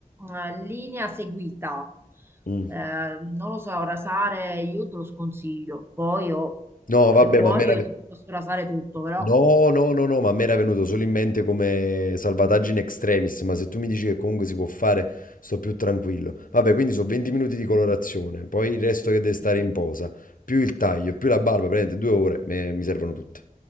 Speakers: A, on the right; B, on the left.
A: eh, linea seguita.
B: Mm.
A: Eh, non lo so, rasare io te lo sconsiglio. Poi io,
B: No,
A: se
B: vabbè,
A: vuoi,
B: ma meraviglioso.
A: io ti posso rasare tutto, però
B: No, no, no, no, ma a me era venuto solo in mente come salvataggio in extremis, ma se tu mi dici che comunque si può fare, sto più tranquillo. Vabbè, quindi sono 20 minuti di colorazione, poi il resto che deve stare
A: sì,
B: in posa, più il taglio, più la barba, praticamente due ore, me- mi servono tutte.